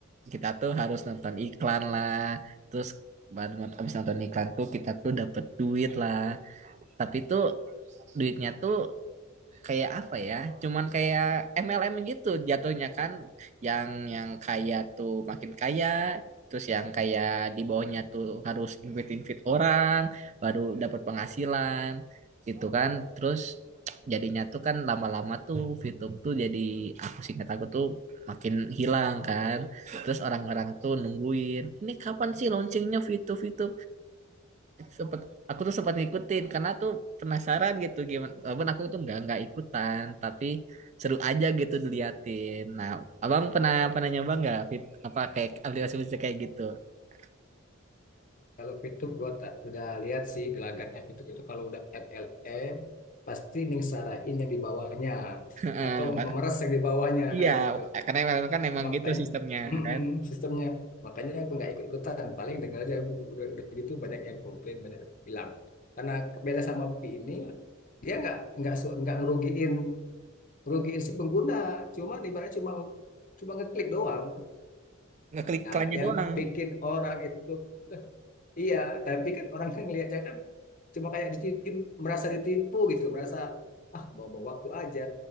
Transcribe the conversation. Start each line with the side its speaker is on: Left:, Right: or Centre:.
Right: kita tuh harus nonton iklan lah terus baru not- abis nonton iklan tuh kita tuh dapet duit lah tapi tuh duitnya tuh kayak apa ya? Cuman kayak MLM gitu jatuhnya kan yang yang kaya tuh makin kaya, terus yang kayak di bawahnya tuh harus invite-invite orang baru dapat penghasilan gitu kan. Terus jadinya tuh kan lama-lama tuh VTube tuh jadi aku singkat aku tuh makin hilang kan. Terus orang-orang tuh nungguin, ini kapan sih launchingnya VTube itu sempet aku tuh sempat ngikutin karena tuh penasaran gitu gimana walaupun aku tuh nggak nggak ikutan tapi seru aja gitu diliatin nah abang pernah pernah nyoba nggak fit- apa kayak aplikasi aplikasi kayak gitu <laughs>
Left: Kalau VTube gua tak udah lihat sih gelagatnya VTube itu kalau udah MLM pasti ningsarain yang di bawahnya
Right: Heeh,
Left: atau
Right: apa-
Left: memeras yang di bawahnya
Right: iya
Left: gitu.
Right: karena emang- kan emang
Left: makanya
Right: gitu sistemnya
Left: mm-mm,
Right: kan
Left: sistemnya makanya aku nggak ikut-ikutan paling dengar aja aku udah udah gitu banyak yang komplain banyak yang bilang karena beda sama Pi ini dia nggak nggak su- nggak ngerugiin ngerugiin si pengguna cuman ibaratnya cuma cuma ngeklik doang
Right: ngeklik
Left: nah
Right: iklannya
Left: yang
Right: doang
Left: bikin orang itu iya tapi kan orang kan ngelihatnya kan cuma kayak ditipu merasa ditipu gitu merasa ah bawa-bawa waktu aja